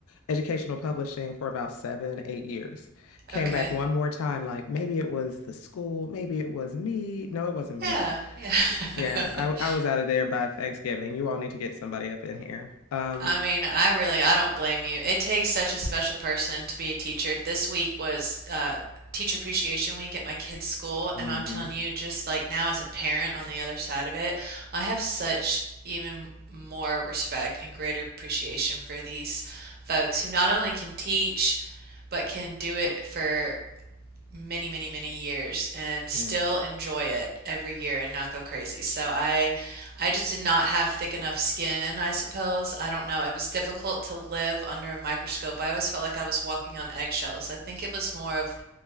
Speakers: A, on the left; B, on the right.
A: educational publishing for about seven, eight years. Came
B: Okay.
A: back one more time, like maybe it was the school, maybe it was me. No, it wasn't
B: Yeah.
A: me.
B: Yeah.
A: Yeah,
B: <laughs>
A: I I was out of there by Thanksgiving. You all need to get somebody up in here. Um,
B: I mean, I really, I don't blame you. It takes such a special person to be a teacher. This week was uh, Teacher Appreciation Week at my kids' school,
A: mhm,
B: and I'm telling you, just like now as a parent on the other side of it, I have such even more respect and greater appreciation for these folks who not only can teach, but can do it for many, many, many years and still
A: yes.
B: enjoy it every year and not go crazy. So I I just did not have thick enough skin, I suppose. I don't know. It was difficult to live under a microscope. I always felt like I was walking on eggshells. I think it was more of